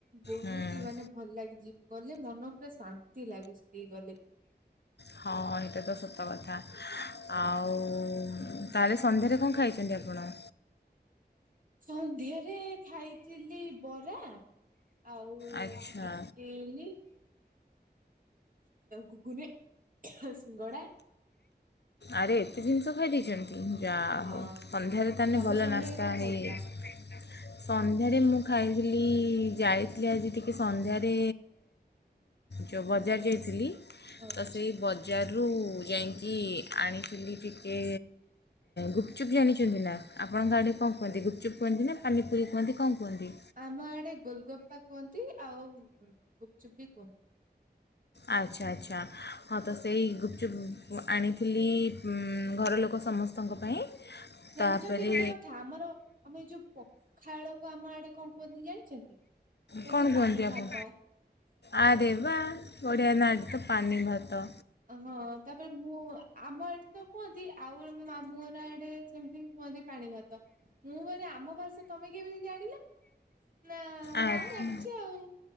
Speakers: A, on the right; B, on the left.
A: ବହୁତି
B: ହୁଁ
A: ମାନେ ଭଲ ଲାଗି ଯିବ ଗଲେ ମନ ପୁରା ଶାନ୍ତି ଲାଗି ହେଇ ଗଲେ।
B: ହଁ ଏଇଟା ତ ସତ କଥା। ଆଉ ତାହେଲେ ସନ୍ଧ୍ୟାରେ କଣ ଖାଇଛନ୍ତି ଆପଣ।
A: ସନ୍ଧ୍ୟାରେ ଖାଇଥିଲି ବରା। ଆଉ
B: ଆଚ୍ଛା
A: ଇତିଲି। ଘୁଗୁନି ଶିଙ୍ଗଡା
B: ଆରେ ଏତେ ଜିନିଷ ଖାଇ ଦେଇେଇଛନ୍ତି ଯାହା
A: ହଁ
B: ହଉ ସନ୍ଧ୍ୟାରେ ତାହେଲେ
A: ତମେ
B: ଭଲ
A: ସନ୍ଧ୍ୟାରେ
B: ନାସ୍ତା
A: କଣ ଖାଇଥିଲ?
B: ହୋଇଯାଇଛି। ସନ୍ଧ୍ୟାରେ ମୁଁ ଖାଇଥିଲି ଯାଇଥିଲି ଆଜି ଟିକିଏ ସନ୍ଧ୍ୟାରେ ଯେଉଁ ବଜାର ଯାଇଥିଲି
A: ଆଚ୍ଛା।
B: ତ ସେଇ ବଜାରରୁ ଯାଇକି ଆଣିଥିଲି ଟିକେ ଗୁପଚୁପ୍ ଜାଣିଛନ୍ତି ନା ଆପଣଙ୍କ ଗ ଆଡ଼ କଣ କୁହନ୍ତି ଗୁପଚୁପ କୁହନ୍ତି ନା ପାନିପୁରୀ କୁହନ୍ତି କଣ କୁହନ୍ତି?
A: ଆମ ଆଡେ ଗୋଲଗୋପା କୁହନ୍ତି ଆଉ ଗୁପଚୁପ୍ ବି କୁହନ୍ତି।
B: ଆଚ୍ଛା ଆଚ୍ଛା ହଁ ତ ସେଇ ଗୁପଚୁପ୍ ଆଣିଥିଲି ଘର ଲୋକ ସମସ୍ତ ଆପଙ୍କ ପାଇଁ
A: ଜାଣିଛନ୍ତି
B: ତା'ପରେ
A: ଗୋଟେ କଥା ଆମର ଆମେ ଯୋଉ ପଖା ବଳକୁ ଆମ ଆଡେ କଣ କୁହନ୍ତି ଜାଣିଛନ୍ତି
B: କଣ କୁହନ୍ତି
A: ପାଣି
B: ଆପଣ
A: ଭାତ।
B: ଆ ଦେ ବା ଓଡ଼ିଆ ନାଡ଼ ତ ପାନି ଭାତ
A: ଅ ହଁ ତାପରେ ମୁଁ ଆମ ଏଠି ତ କୁହନ୍ତି ଆଉ ଗୋଟେ ମୋ ମାମୁଁ କୁଆଡେ ସେମିତି କୁହନ୍ତି ପାଣି ଭାତ ମୁଁ କହିନି ଆମ ଭାଷା ତମେ କେମିତି ଜାଣିଲ ନା
B: ଆଛ
A: ହଁ ଜାଣିଛି ଆଉ